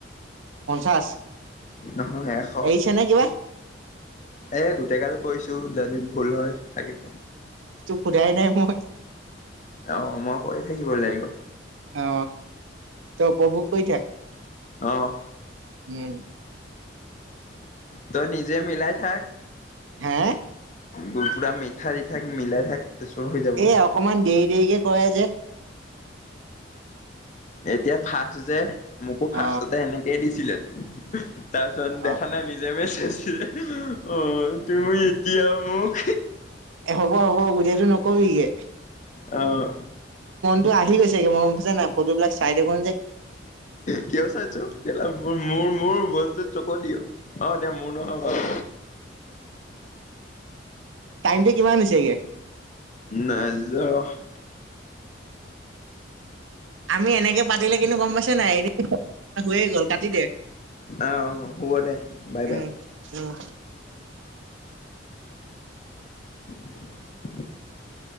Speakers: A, on the right (about 80°); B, on the left (about 40°).
A: পঞ্চাশ
B: নহয় এশ,
A: এৰিছে নে কিবা
B: এ গোটেই গাল কৰিছোঁ, যদি ভুল হয় থাকিব।
A: সুধাই নাই মই।
B: অ'হ মই কৰি থাকিব লাগিব।
A: অ! ত' উপভোগ কৰি থাক।
B: অহ!
A: উম!
B: তই নিজে মিলই থাক।
A: হা?
B: গৰুপুৰা মিঠা দি থাক, মিলাই থাক। তাৰপিছত হৈ যাব
A: এ অকমান দেৰি দেৰিকে কৰে যে!
B: এতিয়া ফাৰ্ষ্ট যে। মোকো ফাৰ্ষ্টতে
A: অ
B: সেনেকেই দিছিলে, তাৰপিছত
A: অ
B: দেখা নাই নিজে মেছেজ, অ' তুমি কিয় মোক
A: এ হ'ব! হ'ব! গোটেইটো নকবি গে।
B: অ'হ!
A: তো আহি গৈছেগে, মোৰ বুইছা নাই? ফটোবিলাক চাই থাকো যে
B: কিয় চাইছ? কেলা! মোৰ, মোৰ, মোৰ বস্তুত চকু দিয়! অ এতিয়া মোৰ নহয় বাওঁ।
A: টাইমটো কিমান হৈছেগে
B: নাই যোৱা ৰহ!
A: আমি এনেকে পাতিলে কিন্তু গম পাইছ? নাই? এনে হৈয়ে গল কাটি দে।
B: আহ হ'ব দে বাই
A: উম!
B: বাই
A: উম!
B: <unintelligible>